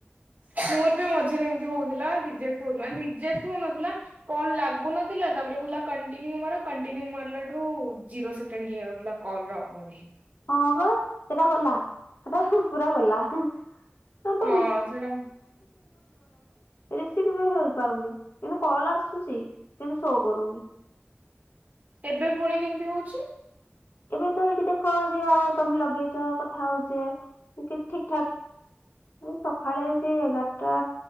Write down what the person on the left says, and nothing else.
ହଁ ବା ସେଟା ଗଲା ସେଟା ପୁରା ଗଲା। <unintelligible> ହେଇଗଲା ଯେ
ରିସିଭ୍ ବି ହେଇପାରୁନି କିନ୍ତୁ କଲ ଆସୁଛି କିନ୍ତୁ ଶୋ କରୁନି।
ଏବେ ତ ଏଇଠି ଦେଖ ଏଠି ଆଉ ତମେ ଲଗେଇଚ କଥା ହଉଛି ଏ ଠିକ ଠାକ ସକାଳେ ସେ ଏଗାରଟା